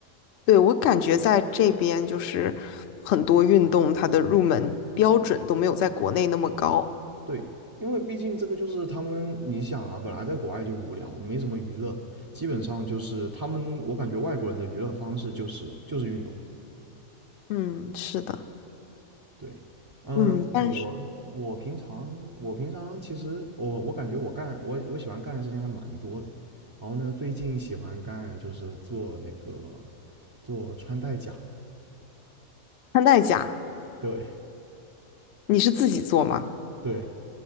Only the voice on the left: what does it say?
对，我感觉在这边就是很多运动它的入门标准都没有在国内那么高。
嗯，是的，
嗯，
但是
穿戴甲
你是自己做吗？